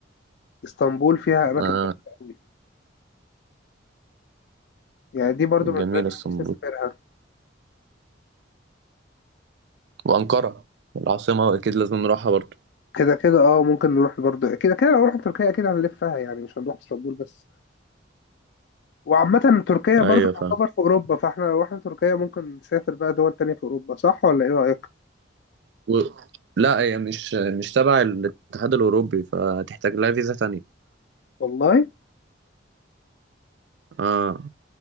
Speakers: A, on the left; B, on the right.
A: اسطنبول فيها اماكن
B: آه.
A: تحفه قوي يعني دي برضو من
B: جميل
A: البلاد اللي
B: اسطنبول
A: نفسي اسافرها
B: وأنقرة العاصمة أكيد لازم نروحها برضه
A: كده كده اه ممكن نروح برضه كده كده لو رحنا تركيا اكيد هنلفها يعني مش هنروح اسطنبول بس وعامة تركيا برضه
B: أيوة
A: تعتبر
B: فاهم
A: في اوروبا فاحنا لو رحنا تركيا ممكن نسافر بقى دول تانية في اوروبا صح ولا ايه رأيك؟
B: و... لا هي مش مش تبع الاتحاد الأوروبي فهتحتاج لها فيزا تانية
A: والله انا
B: آه